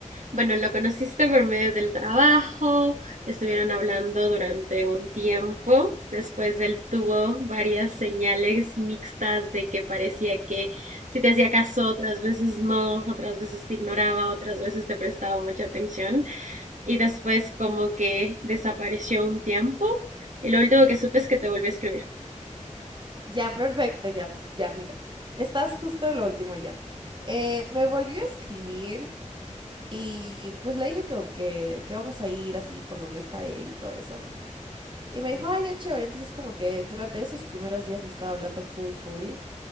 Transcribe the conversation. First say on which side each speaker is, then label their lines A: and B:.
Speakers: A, on the right (about 70°); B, on the right (about 35°).
A: Bueno, lo conociste por medio del trabajo, estuvieron hablando durante un tiempo, después él tuvo varias señales mixtas de que parecía que si te hacía caso, otras veces no, otras veces te ignoraba, otras veces te prestaba mucha atención y después como que desapareció un tiempo y lo último que supe es que te volvió a escribir.
B: Ya, perfecto, ya, ya, mira. Estás justo en lo último ya. Eh, me volvió a escribir y pues le dije que, que, que vamos a ir así por donde está él y todo eso. Y me dijo, ay, ya chévere. Entonces como que durante esos primeros días me estaba hablando full, full.